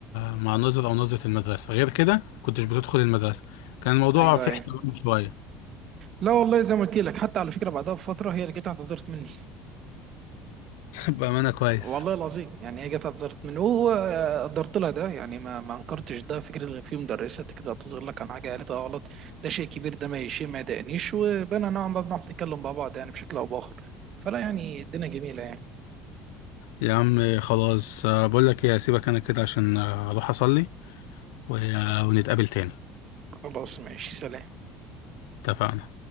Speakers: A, on the left (about 65°); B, on the right (about 45°).
A: مع ناظر أو ناظرة المدرسة غير كده كنتش بتدخل المدرسة كان الموضوع
B: ايوه
A: فيه
B: ايوه
A: احترام شوية
B: لا والله زي ما قلت لك حتى على فكره بعدها بفتره هي اللي جت اعتذرت مني
A: <laughs> بأمانة كويس
B: والله العظيم يعني هي جت اعتذرت مني وقدرت لها ده يعني ما ما انكرتش ده فكره ان في مدرسه كده تعتذر لك عن حاجه قالتها غلط ده شيء كبير ده ما شيء ما يضايقنيش وبقينا نوعا ما بنعرف نتكلم مع بعض يعني بشكل او باخر فلا يعني الدنيا جميله يعني
A: يا عم خلاص آه، بقول لك ايه هسيبك انا كده عشان آه، اروح اصلي و- آه، ونتقابل تاني
B: خلاص ماشي سلام
A: اتفقنا